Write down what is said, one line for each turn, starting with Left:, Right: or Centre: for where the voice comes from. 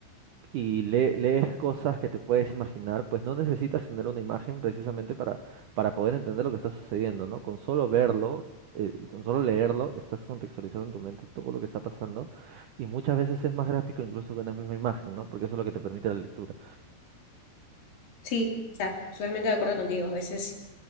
Right: y le- lees cosas que te puedes imaginar, pues no necesitas tener una imagen precisamente para, para poder entender lo que está sucediendo, ¿no? Con solo verlo, eh, con solo leerlo, estás contextualizando en tu mente todo lo que está pasando y muchas veces es más gráfico incluso que una misma imagen, ¿no? Porque eso es lo que te permite la lectura.
Left: Sí, o sea, totalmente de acuerdo contigo. A veces,